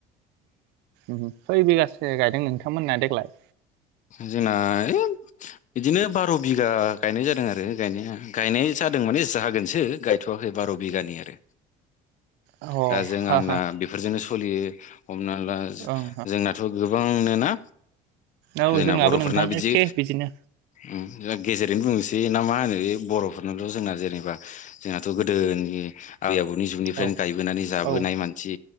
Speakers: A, on the right; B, on the left.
A: उम। खै बिगासो गायदों नोंथांमोनना देग्लाय?
B: जोंना ए बिदिनो बार' बिगा गायनाय जादों आरो गायनाया गायनाय जादों माने जागोनसो गायथ'वाखै बार' बिगानि आरो।
A: अ
B: दा जों
A: हा
B: आंना
A: हा
B: बेफोरजोंनो सु सलियो। हमना ला
A: ओं
B: जोंनाथ' गोबां। आंनोना?
A: औ
B: जोंना
A: जोंनाबो
B: बर'फोरना
A: नोंथां
B: बिदि
A: एखे बिदिनो
B: उम गेजेरैनो बुंनोसै ना मा होनो। बे बर'फोरनोथ' जोंना जेनेबा जोंहाथ' गोदोनि। आबै आबौनि जुगनिफ्रायनो
A: औ
B: गायबोनानै जाबोनाय
A: औ
B: मानसि